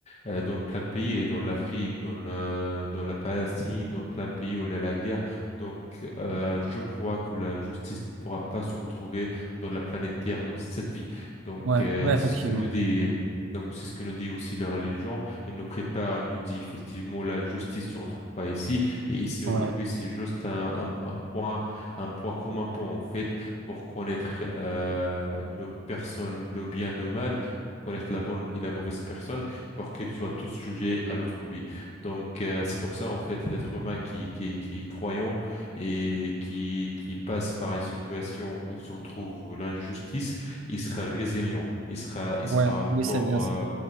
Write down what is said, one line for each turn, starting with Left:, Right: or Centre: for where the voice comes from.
Left: euh, dans plein de pays, et dans l'Afrique, dans, la- dans la Palestine, dans plein de pays où il y a la guerre. Donc, euh, je crois que la justice ne pourra pas se retrouver dans la planète Terre dans cette vie. Donc,
Right: ouais,
Left: euh,
Right: ouais, effectivement.
Left: c'est ce que nous dit, donc c'est ce que nous dit aussi la religion. Elle nous prépare, elle nous dit effectivement la justice se retrouve pas ici. Et ici
Right: Ouais.
Left: aujourd'hui, c'est juste un, un, un point, un point comme un point en fait pour connaître euh, le personne, le bien de mal, pour connaître la bonne et la mauvaise personne, pour qu'ils soient tous jugés à l'autre vie. Donc, euh, c'est pour ça en fait l'être humain qui qui qui est croyant et qui qui passe par une situation où il se retrouve l'injustice il sera résilient, il sera, il
Right: Ouais,
Left: sera encore,
Right: oui, c'est bien
Left: euh,
Right: ça.